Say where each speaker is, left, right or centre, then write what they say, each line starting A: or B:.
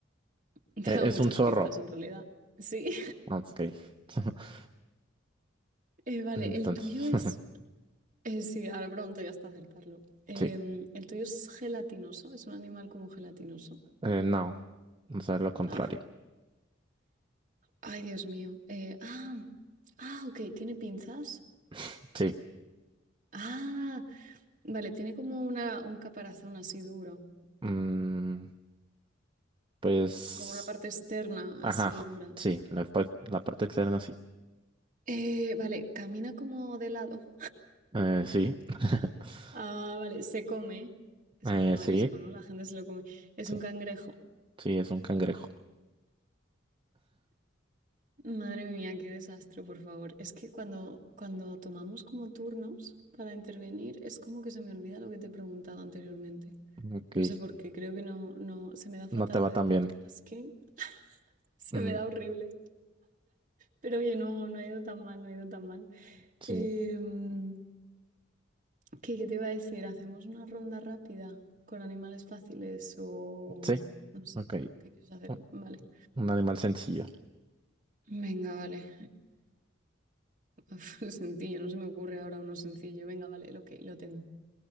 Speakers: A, on the right; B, on the right.
A: <laughs> Te
B: Eh,
A: da
B: es
A: muchas
B: un zorro.
A: pistas en realidad. Sí.
B: Ok. <laughs>
A: Eh, vale,
B: Entonces,
A: el tuyo es...
B: <laughs>
A: eh, sí, ahora pronto ya está acertarlo. Em,
B: sí.
A: el tuyo es gelatinoso, es un animal como gelatinoso.
B: Eh, no. O sea, lo contrario.
A: Ah, ay, Dios mío. Eh, ah, ah, ok, ¿tiene pinzas?
B: <laughs> Sí.
A: Ah, vale, tiene como una, un caparazón así duro,
B: Mm, pues,
A: como una parte externa
B: ajá.
A: así dura.
B: Sí, la, pa- la parte externa sí.
A: Eh, vale, camina como de lado.
B: Eh, sí. <laughs>
A: Ah, vale, se come. Es
B: Eh,
A: como marisco,
B: sí.
A: ¿no? La gente se lo come. Es
B: Sí.
A: un cangrejo.
B: Sí, es un cangrejo.
A: Madre mía, qué desastre, por favor. Es que cuando, cuando tomamos como turnos para intervenir, es como que se me olvida lo que te he preguntado anteriormente.
B: Ok.
A: No sé por qué, creo que no, no, se me da fatal
B: No te va
A: hacer
B: tan
A: multitasking.
B: bien.
A: <laughs> Se
B: Mm,
A: me da horrible. Pero oye, no, no ha ido tan mal, no ha ido tan mal.
B: sí.
A: Em, ¿qué, qué te iba a decir? ¿Hacemos una ronda rápida con animales fáciles o
B: Sí.
A: no sé?
B: Ok.
A: ¿Qué quieres hacer?
B: Un
A: Vale.
B: un animal sencillo.
A: Venga, vale. Uf, <laughs> sencillo, no se me ocurre ahora uno sencillo. Venga, vale, ok, lo tengo.